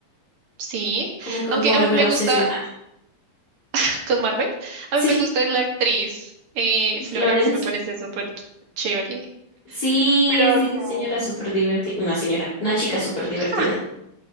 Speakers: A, on the right; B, on the left.
A: sí.
B: Como que
A: Aunque
B: me volverá
A: a
B: a volver
A: mí me
B: a
A: gusta,
B: obsesionar. <laughs>
A: <laughs> con Marvel, a
B: Sí,
A: mí me gusta la actriz eh, Florence,
B: Florence.
A: me parece súper chévere.
B: Sí,
A: Pero
B: es
A: no.
B: una señora súper divertida. Una señora, una chica súper divertida.
A: Ah,